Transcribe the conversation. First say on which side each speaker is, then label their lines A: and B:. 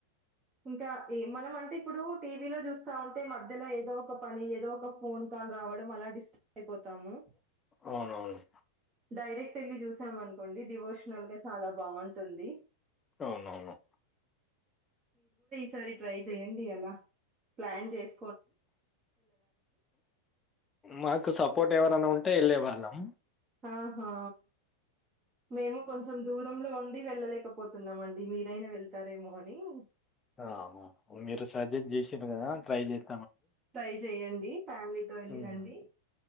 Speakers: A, on the right; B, on the left.
A: ఇంకా ఈ మనం అంటే ఇప్పుడు టీవీలో చూసి అంటే మధ్యలో ఏదో ఒక పని ఏదో ఒక ఫోన్ కాల్ రావడం అలా డిస్టర్బ్ అయిపోతుంది తాము
B: అవునవును
A: డైరెక్ట్ వెళ్ళి చూసాం అనుకోండి డివోషనల్ గా చాలా బాగుంటుంది
B: అవునవును
A: సరి ట్రై చెయడి అలా ప్లాన్ చేసి
B: మాకు సపోర్ట్ ఎవరనా ఉంటే వెళ్ళేవా ళ్ళం
A: ఆహా మేము కొంచెం దూరంలో ఉండి వెళ్ళలేకపో తుంద మండి మీరాయినా వెళ్తారే మనీ నీ
B: ఆ మీరు సజెస్ట్ చేసారు కదా ట్రై చేస
A: ట్రై చెయ్యండి డీ ఫ్యామిలీతో వెళ్ళిరండి
B: హ్మ్